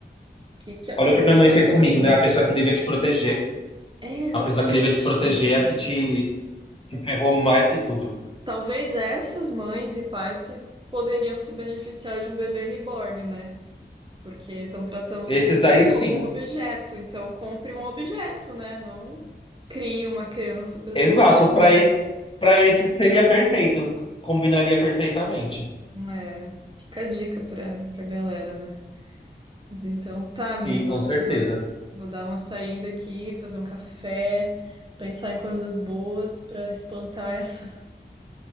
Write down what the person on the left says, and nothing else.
Olha o que minha mãe fez
comigo, né? A pessoa que devia te proteger.
A pessoa que devia te proteger é a que te, te ferrou mais que tudo.
Esses
daí, sim.
Exato.
Para para esses seria perfeito. Combinaria perfeitamente.
Sim, com certeza.